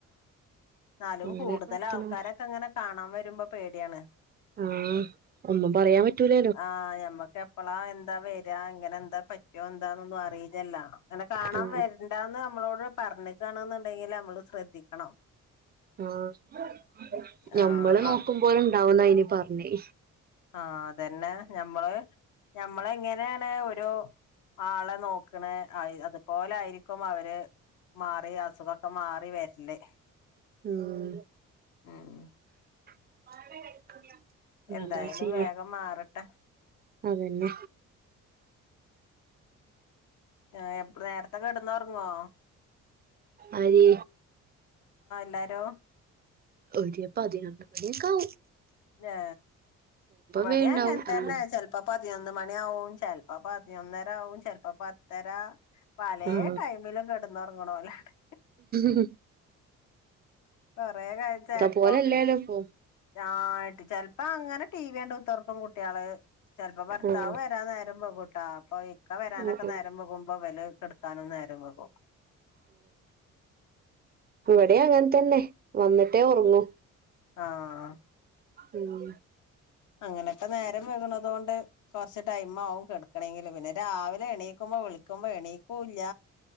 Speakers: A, on the left (about 80°); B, on the right (about 30°).
A: എന്നാലും
B: അങ്ങനെയൊക്കെ
A: കൂടുതൽ
B: വർത്താനം
A: ആൾക്കാരൊക്കെ ഇങ്ങനെ കാണാൻ വരുമ്പോ പേടിയാണ്
B: ആഹ ഒന്നും പറയാൻ പറ്റൂല
A: ആഹഞമ്മക്ക് എപ്പളാ എന്താ വരാ ഇങ്ങനെ എന്താ പറ്റുവോ എന്താന്നൊന്നും അറിയിതല്ല അങ്ങനെ കാണാൻ
B: ആ
A: വരണ്ടന്ന് നമ്മളോട് പറഞ്ഞക്കണ എന്നുണ്ടെങ്കിൽ നമ്മള് ശ്രദ്ധിക്കണം
B: മ്മ് ഞമ്മള്
A: ആഹ്
B: നോക്കുമ്പോല
A: ആഹ്
B: ഇണ്ടാവന്ന അയിനി പറഞ്ഞേ
A: ആ അതന്നെ ഞമ്മള് ഞമ്മള എങ്ങനെ യാണ് ഒരു ആളെ നോക്കണ അത്പലെ ആരി ക്കും അവര് മാറി അസുഖൊക്കെ മാറി വരല്
B: ഉം
A: <unintelligible>
B: <unintelligible>
A: എന്തായാലും
B: ചെയ്യ
A: വേഗം മാറട്ടെ
B: അതന്നെ
A: ആ എപ്പ നേരത്തെക്കെ ഇടന്ന ഉറങ്ങോ
B: ആര്
A: <inaudible> <unintelligible>
B: ഒടെിയപ്പാതി ന മണിയക്കാവ
A: ഏ വട
B: വേണ്ടാവും
A: അങ്ങന തന്നെ
B: അല്ല
A: ചിലപ്പോ പതിനൊന്ന് മണിാവും ചിലപ്പ പ <unintelligible> ചെിലപ്പോ പത്തര പല
B: ആഹ്
A: ടൈമിലും കിടന്ന് ഇറങ്ങണല്ലടെ
B: ഉം
A: കൊറെ കഴിച്ചപ്പൊ
B: പോലെല്ലല്ലോ ഇപ്പൊ
A: ആ ആട്ട് ചെപ്പോ അങ്ങനെ ടി വിണ്ട ഇപ്പം കുട്ടികള് ചിലപ്പോ ഭർത്താവ്
B: ആഹ്
A: വരാൻ നേരം പോ കൂട്ടാപ്പ ക്ക വരാനൊക്കെ
B: ആഹ്
A: നേരം പോകുമ്പോ വില കെടുക്കാനും നേരം വകും
B: അവിടെ അങ്ങനെത്തന്നെ വന്നിട്ടേ ഉറങ്ങൂ
A: ആഹ്
B: ഉം
A: അങ്ങനൊക്കെ നേരം വെകണത കൊണ്ട് കുറച്ച് ടൈം ആവുംും കെക്കണെങ്കിൽ പിന്നെ രാവിലെ എണീക്കുമ്പോ എനിക്കുല്ല